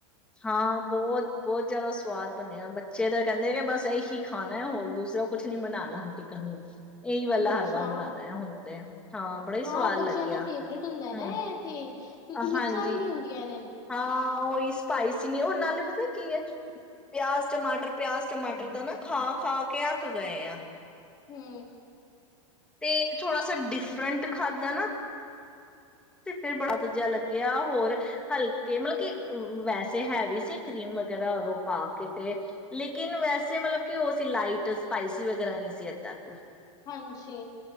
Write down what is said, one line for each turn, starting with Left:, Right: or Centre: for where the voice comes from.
Centre: ਹਾਂ ਬਹੁਤ ਬਹੁਤ ਜਿਆਦਾ ਸਵਾਦ ਬਣਿਆ, ਬੱਚੇ ਤਾਂ ਕਹਿੰਦੇ, ਕਿ ਬਸ ਇਹੀ ਖਾਣਾ ਹੈ ਹੋਰ ਦੂਸਰਾ ਕੁਛ ਨੀ ਬਣਾਉਣਾ। ਚਿਕਨ ਇਹੀ ਵਾਲਾ
Left: ਅੱਛਾ।
Centre: ਹਰ ਵਾਰ ਬਣਾਉਣਾ ਹੈ ਹੁਣ ਤੇ ਹਾਂ ਬੜਾ ਹੀ
Left: ਹਾਂ
Centre: ਸਵਾਦ
Left: ਬੱਚਿਆਂ
Centre: ਲੱਗਿਆ
Left: ਦਾ ਫੇਵਰੇਟ ਹੁੰਦਾ ਨਾ।
Centre: ਹਮ
Left: ਇਹ ਤੇ ਕਿਉਕਿ ਮਿਰਚਾਂ
Centre: ਹਾਂਜੀ
Left: ਵੀ ਨੀ ਹੁੰਦੀਆਂ ਇਹ
Centre: ਹਾਂ। ਉਈ ਸਪਾਈਸੀ, ਨ ਉਹਣ ਨਾਲੇ ਪਤਾ ਕੀ ਹੈ ਪਿਆਜ ਟਮਾਟਰ ਪਿਆਜ ਟਮਾਟਰ ਦਾ ਨਾ ਖਾ ਖਾ ਕੇ ਅੱਕ ਗਏ ਆ।
Left: ਹੂੰ
Centre: ਤੇ, ਥੋੜਾ ਸ ਡਿਫਰੈਂਟ ਖਾਧਾ ਨਾ ਤੇ, ਫਿਰ ਬੜਾ ਦੂਜਾ ਲੱਗਿਆ। ਹੋਰ ਹਲਕੇ ਮਤਲਬ ਕੀ, ਵੈਸੇ ਹੈਵ ਸੀ ਕਰੀਮ ਵਗੈਰਾ ਰ ਉਹ ਪਾ ਕੇ ਤੇ ਲੇਕਿਨ ਵੈਸੇ ਮਤਲਬ ਕਿ ਉਹ ਸੀ ਲਾਈਟ ਸਪਾਈਸੀ ਵਗੈਰਾ ਨਹੀਂ ਸੀ। ਏਦਾ ਕ
Left: ਹਾਂਜੀ